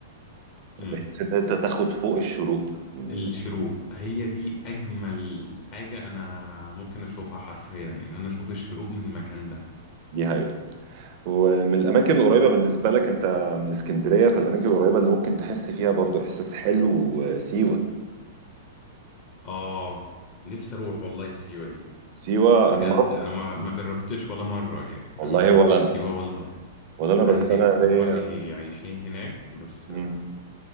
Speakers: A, on the left (about 50°); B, on the right (about 50°).
A: مم.
B: بحيث ان انت تاخد فوق الشروق من
A: الشروق
B: ال-
A: هي دي اجمل حاجه انا ممكن اشوفها حرفيا ان انا اشوف الشروق من المكان ده
B: دي هي ومن الأماكن القريبة بالنسبة لك أنت من اسكندرية فالأماكن القريبة اللي ممكن تحس فيها برضو إحساس حلو آه، سيوة
A: اه نفسي اروح والله سيوه دي
B: سيوة
A: بجد
B: أنا ما رحت
A: انا ما ما جربتش ولا مره يعني
B: والله
A: انا ما جربتش
B: ولا أنا
A: سيوه ولا مره
B: ولا أنا
A: عندي
B: بس أنا
A: اصدقائي
B: ليا
A: عايشين هناك بس
B: مم.